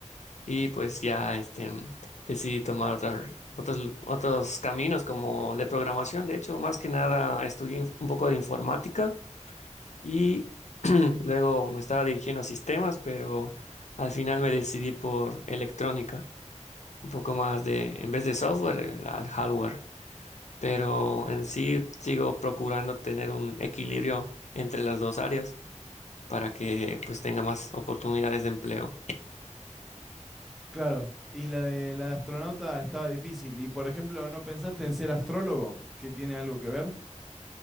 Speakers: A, on the left; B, in the centre.
A: y pues ya este, decidí tomar otras- otros, otros caminos como de programación, de hecho, más que nada estudié inf- un poco de informática y <clears throat> luego me estaba dirigiendo a sistemas, pero al final me decidí por electrónica, un poco más de, en vez de software, el- al hardware. Pero en sí sigo procurando tener un equilibrio entre las dos áreas para que pues tenga más oportunidades de empleo.
B: claro. Y la de la de astronauta estaba difícil. Y por ejemplo, ¿no pensaste en ser astrólogo? ¿Que tiene algo que ver?